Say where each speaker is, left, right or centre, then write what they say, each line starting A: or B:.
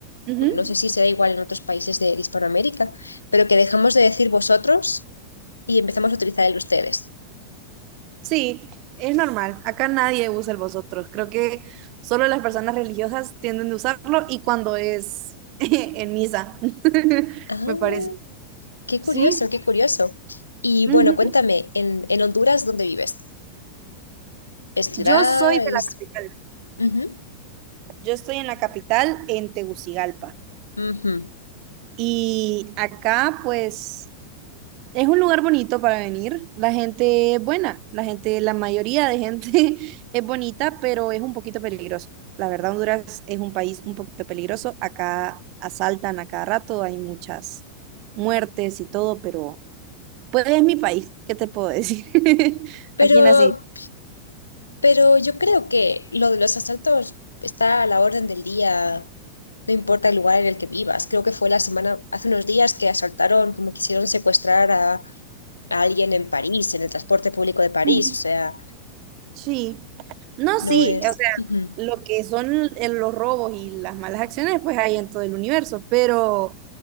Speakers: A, on the right (about 40°); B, on the left (about 75°).
A: Ujú.
B: no sé si será igual en otros países de, de Hispanoamérica, pero que dejamos de decir vosotros y empezamos a utilizar el ustedes.
A: Sí, es normal. Acá nadie usa el vosotros. Creo que solo las personas religiosas tienden a usarlo y cuando es <laughs> en misa, <laughs>
B: Ah,
A: me parece.
B: qué
A: Sí.
B: curioso, qué curioso. Y
A: ujú.
B: bueno, cuéntame, en, en Honduras, ¿dónde vives? ¿Es ciudad?
A: Yo soy de
B: ¿Es...?
A: la capital.
B: Ujú,
A: Yo estoy en la capital, en Tegucigalpa.
B: ujú.
A: Y acá, pues, Es un lugar bonito para venir. La gente es buena, la gente, la mayoría de gente <laughs> es bonita, pero es un poquito peligroso. La verdad, Honduras es un país un poquito peligroso. Acá asaltan a cada rato, hay muchas muertes y todo, pero pues es mi país, ¿qué te puedo decir? <laughs>
B: Pero,
A: Aquí nací.
B: pero yo creo que lo de los asaltos está a la orden del día, no importa el lugar en el que vivas. Creo que fue la semana, hace unos días que asaltaron, como quisieron secuestrar a, a alguien en París, en el transporte público de París.
A: Ujú.
B: O sea,
A: Sí. No,
B: No
A: sí,
B: es.
A: o sea,
B: Ujú.
A: lo que son el- los robos y las malas acciones, pues hay en todo el universo, pero